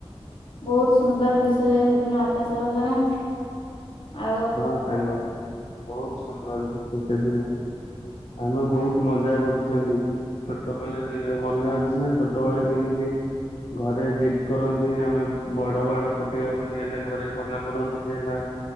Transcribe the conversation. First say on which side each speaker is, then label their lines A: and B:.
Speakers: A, on the left (about 60°); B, on the left (about 80°).
A: ବହୁତ ସୁନ୍ଦର ଦିଶେ ସେଦିନ ଆକାଶ ସାରା ଆଉ
B: ହଁ ସାଙ୍ଗ ବହୁତ ସୁନ୍ଦର ସେ ସେଦିନ ଆମେ ବହୁତ ମଜା କରୁଛନ୍ତି। ଛୋଟବେଳେ ଯେ ମନେ ଅଛି ନା ଛୋଟବେଳେ କେମିତି ଘରେ ଜିଦ୍ କରନ୍ତି ଆମେ ବଡ ବାଣ ଫୁଟେଇବା ବୋଲି ହେଲେ ଘରେ ମନା କରନ୍ତି ଯେ ନା